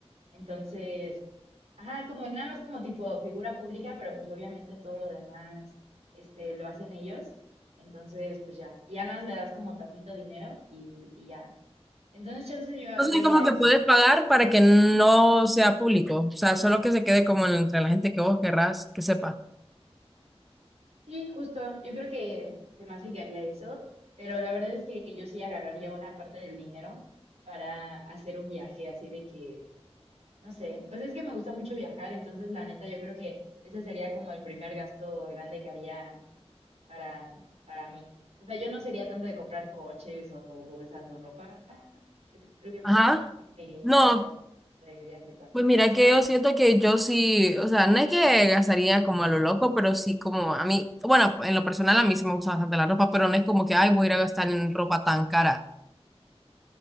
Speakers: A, on the right; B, in the centre.
A: Entonces, ajá, como nada más como tipo figura pública, pero pues obviamente todo lo demás este, lo hacen ellos. Entonces, pues ya, y ya nada más le das como tantito dinero y, y ya. Entonces, chance yo,
B: Entonces,
A: yo haría
B: como
A: eso.
B: que puedes pagar para que no sea público, o sea, solo que se quede como entre la gente que vos querrás que sepa.
A: Sí, justo. Yo creo que se me hace que haría eso, pero la verdad es que yo sí agarraría una parte del dinero para hacer un viaje así de que, no sé, pues es que me gusta mucho viajar, entonces la neta yo creo que ese sería como el primer gasto grande que haría para, para mí. O sea, yo no sería tanto de comprar coches o bolsas o ropa, creo que me
B: Ajá.
A: iría
B: No,
A: de viaje
B: pues mira
A: también.
B: que yo siento que yo sí, o sea, no es que gastaría como a lo loco, pero sí como a mí, bueno, en lo personal a mí sí me gusta bastante la ropa, pero no es como que, ay, voy a ir a gastar en ropa tan cara.